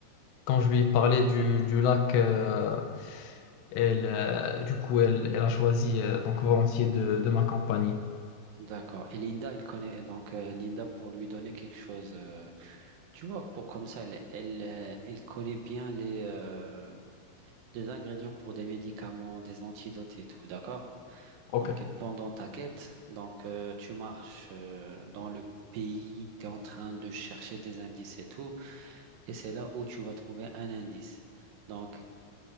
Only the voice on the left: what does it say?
quand je lui ai parlé du, du lac, euh, elle, euh, du coup, elle, elle a choisi euh, donc volontiers de, de m'accompagner.
Ok,